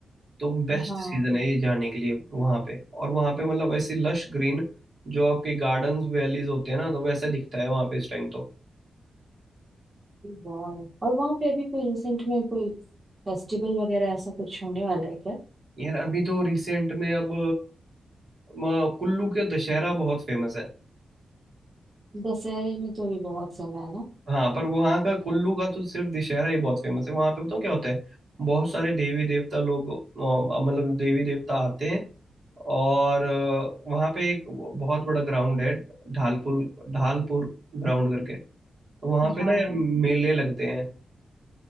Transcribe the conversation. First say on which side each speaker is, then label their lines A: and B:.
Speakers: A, on the right (about 55°); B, on the right (about 30°).
A: तो बेस्ट
B: हाँ
A: सीजन है ये जाने के लिए वहां पे और वहां पे मतलब ऐसी लश ग्रीन जो आपके गार्डन्स वैलीज होते हैं ना तो वैसा दिखता है वहां पे इस टाइम तो
B: वाह और वहां पे अभी कोई रिसेंट में कोई फेस्टिवल वगैरह ऐसा कुछ होने वाला है क्या
A: यार अभी तो रिसेंट में अब म- कुल्लू के दशहरा बहुत फेमस है
B: दशहरे में तो अभी बहुत समय है ना
A: हाँ पर वहाँ का कुल्लू का तो सिर्फ दशहरा ही बहुत फेमस है वहाँ पे बताऊँ क्या होता है बहुत सारे देवी देवता लोग अ, मतलब देवी देवता आते हैं और अ, वहाँ पे एक बहुत बड़ा ग्राउंड है ढालपुर ढालपुर ग्राउंड करके तो वहाँ पे
B: हाँ
A: ना यार
B: हाँ
A: मेले लगते हैं